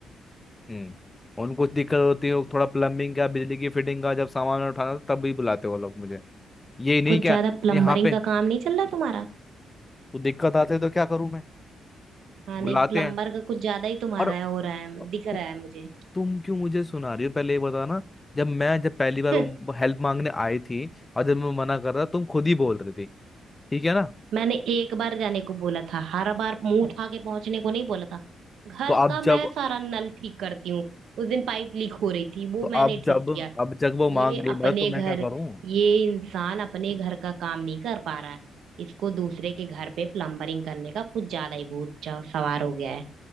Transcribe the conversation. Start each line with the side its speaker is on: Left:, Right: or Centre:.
Left: हम्म उनको दिक्कत होती है वो थोड़ा प्लम्बिंग का बिजली की फिटिंग का जब सामान उठाना होता, तब भी बुलाते वो लोग मुझे ये नहीं
Right: कुछ
Left: क्या
Right: ज्यादा प्लम्बरिंग
Left: यहाँ पे
Right: का काम नहीं चल रहा तुम्हारा
Left: तो दिक्कत आते तो क्या करूं मैं
Right: हाँ
Left: बुलाते
Right: नहीं प्लम्बर
Left: हैं
Right: का कुछ ज्यादा ही तुम्हारा
Left: और
Right: है हो रहा है
Left: तु,
Right: दिख रहा है मुझे
Left: तुम क्यों मुझे सुना रही हो पहले ये बताओ ना जब मैं जब पहली बार
Right: <laughs> हं,
Left: वो हेल्प मांगने आई थी और जब मैं मना कर रहा तुम खुद ही बोल रही थी ठीक है ना
Right: मैंने एक बार जाने को बोला था हर बार मुंह उठा के पहुंचने को नहीं बोला था घर
Left: तो अब
Right: का मैं
Left: जब
Right: सारा नल ठीक करती हूँ उस दिन पाइप लीक हो रही थी वो
Left: तो
Right: मैंने
Left: अब
Right: ठीक
Left: जब
Right: किया
Left: अब जब वो
Right: ये
Left: मांग रही
Right: अपने
Left: है मदद तो
Right: घर
Left: मैं क्या करूं
Right: ये इंसान अपने घर का काम नहीं कर पा रहा है इसको दूसरे के घर पे प्लम्बरिंग करने का कुछ ज्यादा ही भूत चा- सवार हो गया है